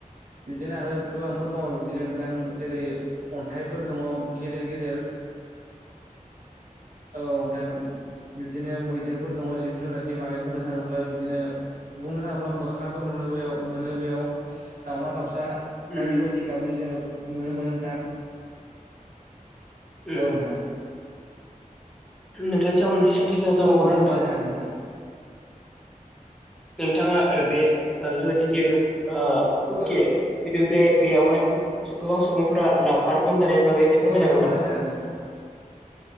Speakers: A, on the right (about 75°); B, in the centre.
A: बिदिनो आरो गोबांफोर दंङ बिदिनो नोंथां जेरै अन्थाइफोर दंङ गेदेर गेदेर औ नोंथां बिदिनो मैदेरफोर दङ। जिब जुनारनि बागै बुंनो थांङोब्ला बिदिनो बुंनो थांङोब्ला मोख्राफोर नुनोबोयाव मोनो बेयाव दाउमा दाउसा
B: उम
A: बायदि बायदि
B: उम
A: गाबनि जोङो नुनो मोनो नोंथां।
B: उम
A: औ नोंथां
B: नोंथांनि सायाव मोनसे सोंथि सोंजा
A: औ
B: बावगोन ना नोंथां
A: थारैनो हागोन नोंथां
B: नोंथाङा ओ बे ओ जोबा जिहेतु ओ चुकि
A: औ
B: बिदि बे बेयावहाय गोबां सुबुंफोरा लावखार ओंखाम जानाय बागै एसे फोरमाय
A: औ नोंथां
B: जागोन
A: थारैनो
B: नामा
A: हागोन